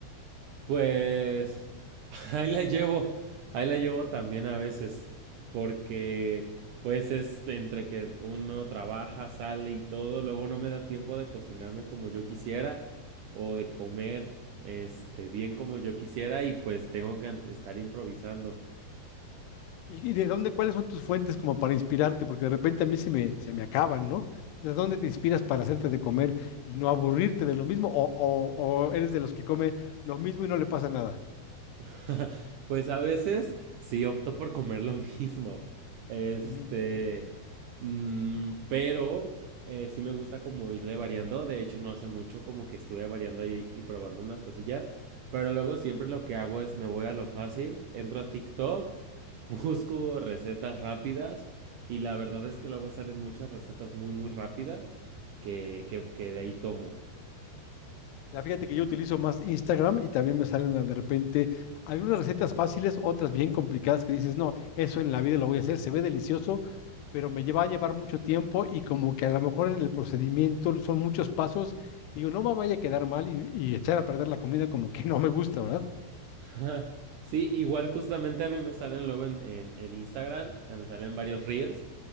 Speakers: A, on the right; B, on the left.
A: Pues <laughs> ahí la llevo, ahí la llevo también a veces, porque pues es entre que uno trabaja, sale y todo, luego no me da tiempo de cocinarme como yo quisiera o de comer este bien como yo quisiera y pues tengo que an- estar improvisando.
B: ¿Y y de dónde, cuáles son tus fuentes como para inspirarte? Porque de repente a mí se me, se me acaban, ¿no? ¿De dónde te inspiras para hacerte de comer y no aburrirte de lo mismo? ¿O, o- o eres de los que come lo mismo y no le pasa nada?
A: <laughs> Pues a veces sí opto por comer lo <laughs> mismo. Este,
B: Ujú.
A: mm, pero eh, sí me gusta como irle variando. De hecho, no hace mucho como que estuve variando y, y probando unas cosillas. Pero luego siempre lo que hago es me voy a lo fácil, entro a TikTok, <laughs> busco recetas rápidas y la verdad es que luego salen muchas recetas muy muy rápidas que, que, que de ahí tomo.
B: Ya fíjate que yo utilizo más Instagram y también me salen a- de repente algunas recetas fáciles, otras bien complicadas que dices, no, eso en la vida lo voy a hacer, se ve delicioso, pero me lleva a llevar mucho tiempo y como que a lo mejor en el procedimiento son muchos pasos, digo, no me vaya a quedar mal y, y echar a perder la comida como que no me gusta, ¿verdad?
A: <laughs> Ajá. Sí, igual justamente a mí me salen luego en, en, en Instagram, eh, me salen varios reels